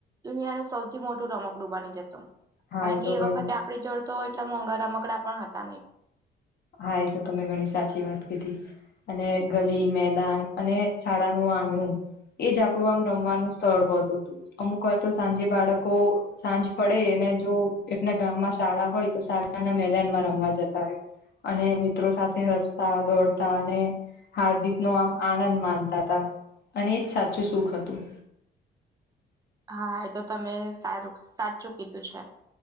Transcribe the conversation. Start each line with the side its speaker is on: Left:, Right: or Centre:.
Right: દુનિયા નું સૌથી મોટું રમકડું બની જતું
Left: હા
Right: કારણ કે
Left: તો
Right: એ
Left: ઘણી
Right: વખતે આપડી જોડેતો, એટલે મોંઘા રમકડા પણ હતા નહી.
Left: હા, એ તો તમે ઘણી સાચી વાત કીધી. અને ગલી, મેદાન અને શાળાનું આંગણું એ જ આપડું આમ રમવાનું સ્થળ હોતું તું, અમુક વાર તો સાંજે બાળકો સાંજ પડે અને જો એમના ગામમાં શાળા હોય તો શાળાના મેદાન માં રમવા જતા રહેે. અને મિત્રો સાથે હસતા, દોડતા અને હાર્દિક નો આમ આનંદ માનતા હતા, અને એજ સાચું સુખ હતું.
Right: હા એ તો તમે સારું સાચું કીધું છે.